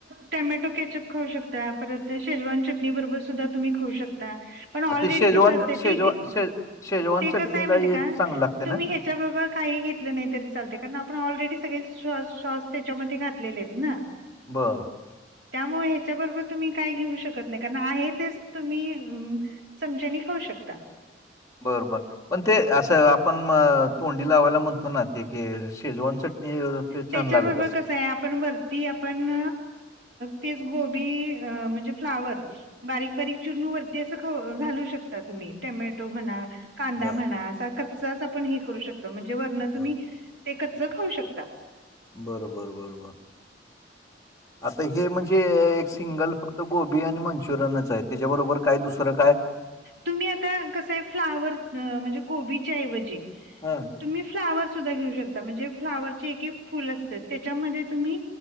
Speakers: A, on the right; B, on the left.
A: टोमॅटो कॅचअप खाऊ शकता, परत शेजवान चटणी बरोबर सुद्धा तुम्ही खाऊ शकता. पण ऑलरेडी
B: आ, ते शेजवान
A: कस असत,
B: शेजवान
A: ते,
B: शे शेजवान
A: ते
B: चटणीला
A: कसं आहे माहीत
B: हे
A: का
B: चांगलं लागते
A: तुम्ही
B: ना?
A: हे त्याच्याबरोबर काही घेतलं नाही तरी चालतय, कारण आपण ऑलरेडी सगळे साॅस त्याच्यामध्ये घातलेले आहेत ना.
B: बरं
A: त्यामुळे ह्याच्या बरोबर तुम्ही काय घेऊ शकत नाही, कारण आहे तेच तुम्ही चमच्यानी खाऊ शकता.
B: बर बर पण ते असं, आपण तोंडी लावायला म्हणतो ना, ते क शेजवान चटणी ते
A: त्याच्याबरोबर
B: छान लागत असतं.
A: कस आपण वरती, आपण, तेच गोबी म्हणजे फ्लावर बारीक बारीक चिरूण वरती असं खाऊ घालू शकता तुम्ही, टोमॅटो म्हणा कांदा
B: बरं,
A: म्हणा, असा कच्चाच आपण हे करू शकतो, म्हणजे वरण तुम्ही
B: बरं.
A: ते कच्च खाऊ शकता.
B: बरं बरं बरं आंता हे म्हणजे एक सिंगल फक्तं गोबी आणि मंचुरियनच आहे त्यांच्याबरोबर कायं दुसरं कायं
A: तुम्हीं आंता कसं आहे फुलांवर म्हणजे कोबीच्यांऐवजी
B: हां.
A: तुम्ही फ्लावर सुद्धां घेऊं शकतां म्हणजे फ्लावरचे एक एक फुलं चं आहे त्यांच्यामध्ये तुम्हीं